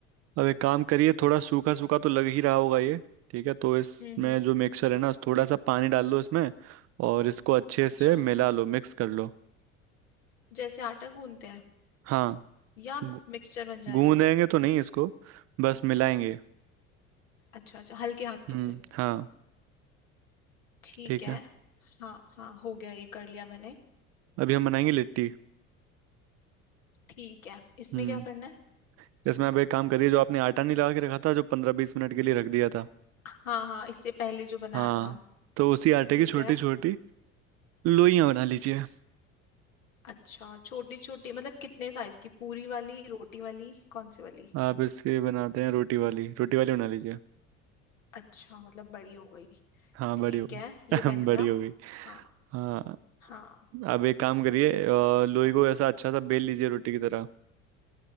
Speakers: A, on the right; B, on the left.
A: अब एक काम करिए थोड़ा सूखा सूखा तो लग ही रहा होगा ये ठीक है तो इसमें
B: हम्म
A: जो मिक्सचर है ना थोड़ा सा पानी डाल लो इसमें और इसको अच्छे
B: अच्छा
A: से मिला लो मिक्स कर लो
B: जैसे आटा गूंदते हैं
A: हाँ
B: या
A: गू-
B: मिक्सचर बन जाएगा
A: गूंदेंगे
B: ये
A: तो नहीं इसको बस मिलाएंगे
B: अच्छा अच्छा हल्के हाथों
A: हम्म
B: से
A: हाँ
B: ठीक
A: ठीक
B: है
A: है
B: हाँ हाँ हो गया ये कर लिया मैंने
A: अभी हम बनाएंगे लिट्टी
B: ठीक है इसमें
A: हम्म
B: क्या करना है
A: इसमें अब एक काम करिए जो आपने आटा नहीं लगा के रखा था जो पंद्रह बीस मिनट के लिए रख दिया था
B: हाँ हाँ इससे पहले जो बनाया
A: हाँ
B: था
A: तो उसी आटे
B: ठीक
A: की छोटी
B: है
A: छोटी लोइयां बना लीजिए
B: अच्छा छोटी छोटी मतलब कितने साइज की पूरी वाली रोटी वाली कौन सी वाली
A: आप इसके बनाते हैं रोटी वाली रोटी वाली बना लीजिए
B: अच्छा मतलब बड़ी हो गई
A: हाँ
B: ठीक
A: बड़ी हो
B: है ये
A: <laughs> गई
B: बन
A: बड़ी
B: गया
A: हो गई
B: हाँ
A: हाँ
B: हाँ
A: अब एक काम करिए अ, लोई को ऐसा अच्छा सा बेल लीजिए रोटी की तरह